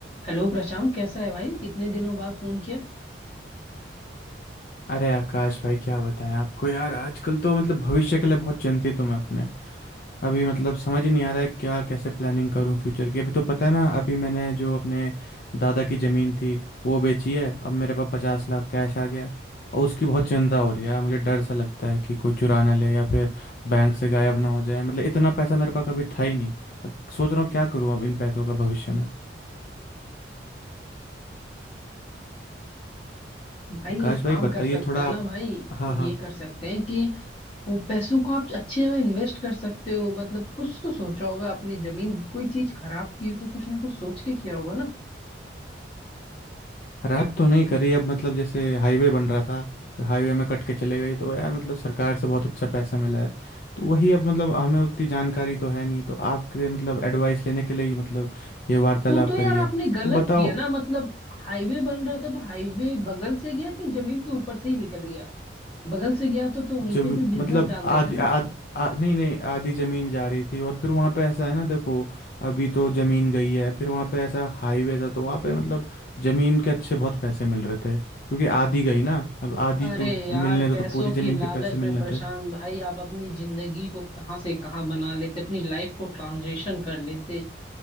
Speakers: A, on the left; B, on the left.
A: Hello Prashant कैसा है भाई इतने दिनों बाद फोन किया
B: अरे आकाश भाई क्या बताएं आपको यार आजकल तो मतलब भविष्य के लिए बहुत चिंतित हूँ मैं अपने अभी मतलब समझ ही नहीं आ रहा है क्या कैसे प्लानिंग करूँ फ्यूचर की अभी तो पता है ना अभी मैंने जो अपने दादा की ज़मीन थी वो बेची है अब मेरे पास पचास लाख कैश आ गया है और उसकी बहुत चिंता हो रही है यार मुझे डर सा लगता है कि कोई चुरा ना ले या फिर बैंक से गायब ना हो जाए मतलब इतना पैसा मेरे पास कभी था ही नहीं अब सोच रहा हूँ क्या करूँ अब इन पैसों का भविष्य में
A: भाई
B: आकाश
A: एक
B: भाई
A: काम
B: बताइए
A: कर सकते
B: थोड़ा
A: हैं ना
B: आप
A: भाई
B: हाँ हाँ
A: ये कर सकते हैं कि वो पैसों को आप अच्छी जगह इन्वेस्ट कर सकते हो मतलब कुछ तो सोचा होगा आपने जमीन कोई चीज खराब की हो तो कुछ ना कुछ सोच के किया होगा ना
B: रैप तो नहीं करी अब मतलब जैसे हाईवे बन रहा था और हाईवे में कट के चले गई तो यार मतलब सरकार से बहुत अच्छा पैसा मिला है तो वही अब मतलब हमें उतनी जानकारी तो है नहीं तो आपके मतलब एडवाइस लेने के लिए ही मतलब ये वार्तालाप
A: तो तो यार
B: करी
A: आपने
B: है
A: गलत
B: तो बताओ
A: किया ना मतलब हाईवे बन रहा था तो हाईवे बगल से गया कि जमीन के ऊपर से ही निकल गया बगल से गया तो तो वहीं
B: जब
A: पे कोई बिजनेस
B: मतलब
A: डाल
B: आधी
A: देते ना
B: आध आ, नहीं नहीं आधी ज़मीन जा रही थी और फिर वहाँ पे ऐसा है ना देखो अभी तो ज़मीन गई है फिर वहाँ पे ऐसा हाईवे था तो वहाँ पे मतलब ज़मीन के अच्छे बहुत पैसे मिल रहे थे क्योंकि आधी गई ना अब आधी
A: अरे
B: तो
A: यार
B: मिलने थे
A: पैसों
B: तो पूरी ज़मीन
A: की लालच
B: के पैसे मिलने
A: में परेशान
B: थे
A: भाई आप अपनी जिंदगी को कहाँ से कहाँ बना लेते अपनी लाइफ को ट्रांजिशन कर लेते